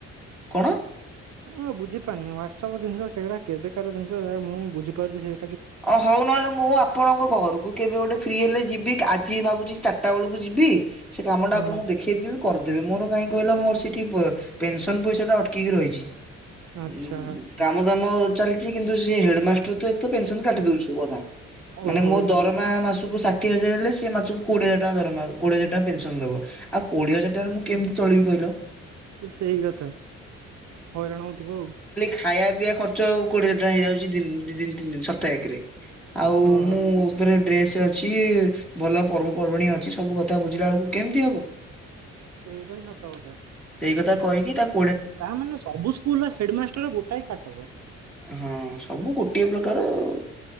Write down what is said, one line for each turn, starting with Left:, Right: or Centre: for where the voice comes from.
Centre: କଣ?
Right: କଣ ଏ ବୁଝି ପାରୁନି ହ୍ୱାଟ୍ସ ସବୁ ଜିନିଷ ସେଗୁରା କେବେକାର ସେ ମୁଁ ବୁଝିପାରୁଚି ଯେ
Centre: ଅ ହଉ ନହେଲେ ମୁଁ ଆପଣଙ୍କ ଘରକୁ କେବେ ଗୋଟେ ଫ୍ରି ହେଲେ ଯିବି। ଆଜି ଭାବୁଚି ଚାରିଟା ବେଳକୁ ଯିବି। ସେ କାମଟା
Right: ହୁଁ
Centre: ଆପଣଙ୍କୁ ଦେଖେଇଦେବି। କରିଦେବି। ମୋର କାହିଁ କହିଲା ମୋର ସେଠି ପେନସନ ପଇଷାଟା ଅଟକିକି ରହିଚି।
Right: ଆଚ୍ଛା
Centre: ଉଁ ହୁଁ
Right: ଆଚ୍ଛା
Centre: କାମ ଦାମ ଚାଲିଚି କିନ୍ତୁ ସେ ହେଡମାଷ୍ଟର ତ <unintelligible> ପେନସନ କାଟି ଦୋଉଚୁ ଅଧା। ମାନେ
Right: ଓହୋ
Centre: ମୋ ଦରମା ମାସକୁ ସା ଷାଠିଏ ହଜାର ହେଲେ ସେ ମାସକୁ କୋଡିଏ ହଜାର ଟଙ୍କା ଦରମା କୋଡିଏ ହଜାର ଟଙ୍କା ପେନସନ ଦବ। ଆଉ କୋଡିଏ ହଜାର ଟଙ୍କାରେ ମୁଁ କେମିତି ଚଳିବି କହିଲ?
Right: ସେଇ କଥା। ହଇରାଣ ହେଉଥିବ ଆଉ।
Centre: ଖାଇଆ ପିଆ ଖର୍ଚ୍ଚ ର୍ଚ୍ଚ ଆଉ କୋଡିଏ ଟଙ୍କା ହେଇଯାଉଚି ଦିନକୁ ଦି ଦିନ ତିନ ଦିନ ସପ୍ତାହକରେ ଆଉ
Right: ଓହୋ
Centre: ମୁଁ ଫେରେ ଡ୍ରେସ୍ ଅଛି ଭଲ ପର୍ବପର୍ବାଣ ଅଛି ସବୁ କଥା ବୁଝିଲା ବେଳକୁ କେମତି ହବ।
Right: ସେଇଟ ହିଁ ସତ କଥା।
Centre: ସେଇ କଥା କହିକି ତାକୁ
Right: ତା ମାନେ ସବୁ ସ୍କୁଲର ହେଡମାଷ୍ଟର ଗୋଟଏ କାଟର।
Centre: ହଁ ସବୁ ଗୋଟିଏ ପ୍ରକାର ଆଉ।